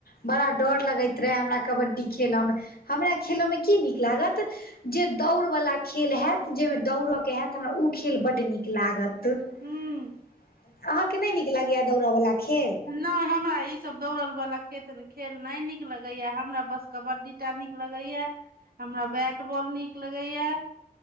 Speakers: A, on the left; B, on the right.
A: बड़ा डर लगैत रहै हमरा कबड्डी खेलऽ मे, हमरा खेलयमे की नीक लागत जे दौड़ वला खेल हैत जैमे दौड़के हैत हमरा ऊ खेल बड नीक लागत। <unintelligible>
B: हूँ
A: अहाँके नै नीक लगैयै दौड़यवला खेल?
B: नैय हमरा ई सब दौड़ल वाला खेत खेल नै नीक लगैयै, हमरा बस कबड्डी टा नीक लगैयै हमरा बैट बॉल नीक लगैयै